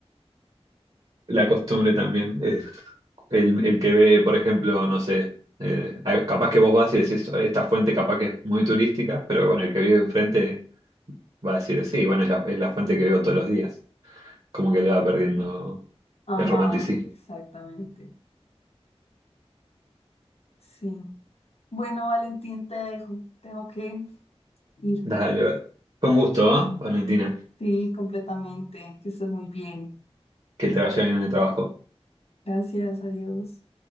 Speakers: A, on the right; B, on the left.
A: La costumbre también. es el, el que ve, por ejemplo, no sé, eh, a- capaz que vos vas y decís, esta fuente capaz que es muy turística, pero bueno, el que vive enfrente va a decir, sí, bueno, es la, es la fuente que veo todos los días. Como que le va perdiendo
B: Ajá,
A: el romanticismo.
B: exactamente. Sí. Bueno, Valentín, te dejo. Tengo que irme.
A: Dale, va. fue un gusto, ¿ah, Valentina?
B: Sí, completamente. Que estés muy bien.
A: Que te vaya bien en el trabajo.
B: Gracias a Dios.